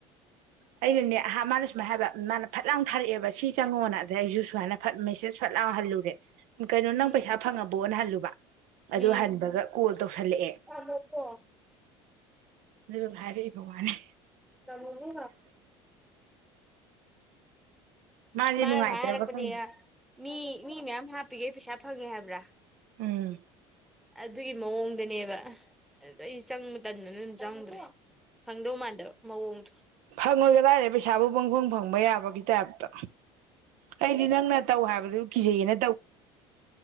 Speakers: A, on the right (about 70°); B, in the centre.
A: ꯑꯩꯅꯅꯦꯍ ꯃꯥꯅ ꯁꯨꯃꯥꯏ ꯍꯥꯏꯕ ꯃꯥꯅ ꯐꯠ ꯂꯥꯎꯅ ꯊꯥꯔꯛꯑꯦꯕ ꯁꯤ ꯆꯪꯉꯣꯅ ꯑꯗ ꯑꯩꯁꯨ ꯁꯨꯃꯥꯏꯅ ꯐ ꯃꯦꯁꯦꯁ ꯐꯠꯂꯦ ꯑ ꯍꯜꯂꯒꯦ ꯀꯩꯅꯣ ꯅꯪ
B: ꯎꯝ
A: ꯄꯩꯁꯥ ꯐꯪꯉꯕ ꯕꯣꯅꯍꯜꯂꯨꯕ ꯑꯗꯨ
B: ꯎꯝ
A: ꯍꯥꯟꯕꯒ ꯀꯣꯜ ꯇꯧꯁꯜꯂꯛꯑꯦ
B: ꯇꯝꯃꯣꯀꯣ
A: ꯑꯗꯨ ꯍꯥꯏꯚꯥꯏꯔꯕ ꯃꯥꯅꯦ
B: ꯇꯃꯕꯨ
A: ꯃꯥꯁꯦ
B: ꯃꯥꯅꯁ
A: ꯅꯨꯡꯉꯥꯏꯇ꯭ꯔꯕ
B: ꯍꯥꯏꯔꯛꯄꯅꯦ
A: ꯈꯪꯗꯦ
B: ꯃꯤ ꯃꯤ ꯃꯌꯥꯝ ꯍꯥꯞꯄꯤꯒꯦ ꯄꯩꯁꯥ ꯐꯪꯉꯦ ꯍꯥꯏꯕ꯭ꯔꯥ
A: ꯎꯝ
B: ꯑꯗꯨꯒꯤ ꯃꯑꯣꯡꯗꯅꯦꯕ ꯑꯗꯨꯗ ꯑꯩ ꯆꯪ ꯃꯇꯝꯗꯅ ꯑꯗꯨꯝ ꯆꯪꯗ꯭ꯔꯦ ꯈꯪꯗꯧ ꯃꯥꯟꯗꯕ ꯃꯑꯣꯡꯗꯣ
A: ꯐꯪꯉꯣꯏꯒ ꯂꯥꯏꯔꯦ ꯄꯩꯁꯥꯕꯨ ꯄꯪꯐꯪ ꯐꯪꯕ ꯌꯥꯕꯒꯤ ꯇꯥꯏꯞꯇ ꯑꯩꯗꯤ ꯅꯪꯅ ꯇꯧ ꯍꯥꯏꯕꯗꯨ ꯀꯖꯩꯩꯅ